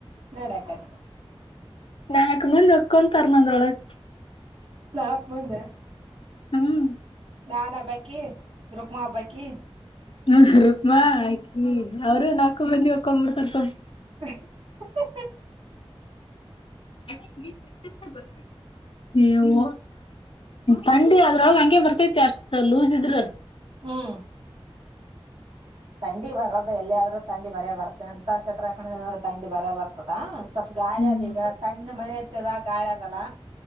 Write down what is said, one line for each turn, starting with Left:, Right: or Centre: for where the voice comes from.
Right: ನಡ್ಯಾಕಡೆ
Left: ನನಗೆ ಮುಂದೆ ಒಕ್ಕೊಂಡ್ ತರಮ ಅಂದ್ರ ಒಳಗೆ
Right: ನಾಕ್ ಮಂದೆ
Left: ಹ್ಮ್
Right: ನಾನ್ ಹಬ್ಬಕಿ ರುಕ್ಮ ಹಬ್ಬಾಕಿ
Left: ಹ್ಮ ರುಕ್ಮಾ ಆಯ ಅವರು ನಾಲ್ಕು ಮಂದಿ ಒಕೊಂಡ್ಬಿರ್ತಾರ ಸಮ್
Right: ಹ
Left: ಅ ನೀತಿ ಬರ್ ನೀವು ತಂಡಿ ಅದ್ರೊಳಗ ಹಂಗೆ ಬರ್ತೈತಿ ಅಷ್ಟ ಲೂಸ್ ಇದ್ರ
Right: ಹ್ಮ್ ತಂಡಿ ಬರದ ಎಲ್ಲಿ ಆದ್ರೂ ತಂಡಿ ಬರಯ ಬರ್ತ ಎಂತ ಶಟ್ರ ಹಾಕೊಂಡ ಏನಾದ್ರರು ತಂಡಿ ಬರಯ ಬರ್ತದಾ ಸ್ವಲ್ಪ್ ಗಾಳಿ
Left: ಹ್ಮ್
Right: ಅದೀಗ ಸಣ್ಣ ಮಳೆ ಇರ್ತದ ಗಾಳಿ ಅದಲ್ಲ